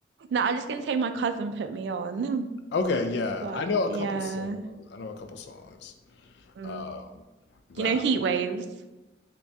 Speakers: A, on the right (about 75°); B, on the left (about 75°).
A: No, I'm just gonna say my cousin put me on. <laughs>
B: Okay, yeah,
A: But
B: I know
A: yeah.
B: a couple songs. I know a couple songs.
A: Mm.
B: Um, but
A: Do you know heat waves?